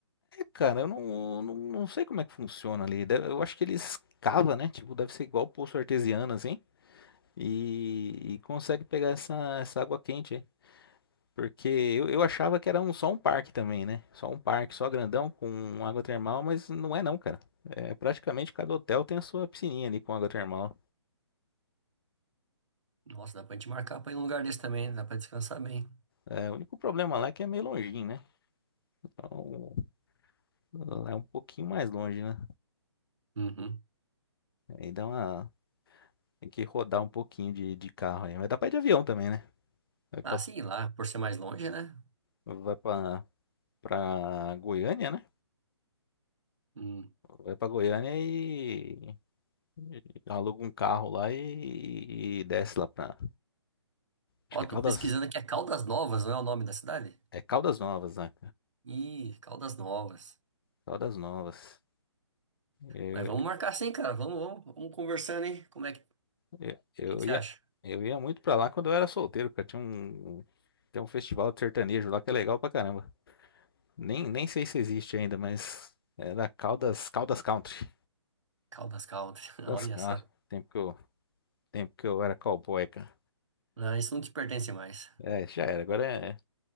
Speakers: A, on the left; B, on the right.
A: cara, eu não, não, não sei como é que funciona ali. Deve- eu acho que eles cavam, né? Tipo, deve ser igual poço artesiano, assim. E, e consegue pegar essa, essa água quente, hein? Porque eu, eu achava que era um, só um parque também, né? Só um parque, só grandão, com água termal, mas não é não, cara. É, praticamente cada hotel tem a sua piscininha ali com água termal.
B: Nossa, dá pra gente marcar pra ir num lugar desse também. Dá pra descansar bem.
A: É, o único problema lá é que é meio longinho, né? Então, lá é um pouquinho mais longe, né?
B: Uhum.
A: Aí dá uma... Tem que rodar um pouquinho de, de carro aí. Mas dá pra ir de avião também, né? Vai pra,
B: Ah, sim, lá, por ser mais longe, né?
A: vai pra, pra Goiânia, né?
B: Hum.
A: Vai pra Goiânia e, e aluga um carro lá e, e desce lá pra... Acho
B: Ó,
A: que
B: tô
A: é Caldas...
B: pesquisando aqui. É Caldas Novas, não é o nome da cidade?
A: É Caldas Novas, né?
B: Ih, Caldas Novas.
A: Caldas Novas. Eu,
B: Mas vamos marcar sim, cara. Vamos, vamos, vamos conversando, hein? Como é que,
A: eu, eu
B: que, que você
A: ia,
B: acha?
A: eu ia muito pra lá quando eu era solteiro, cara. Tinha um, um, tem um festival de sertanejo lá que é legal pra caramba. Nem, nem sei se existe ainda, mas era Caldas, Caldas Country.
B: Caldas, Caldas. <laughs> Olha
A: Caldas, ah,
B: só.
A: tempo que eu, tempo que eu era cowboy, cara.
B: Não, isso não te pertence mais.
A: É, já era. Agora é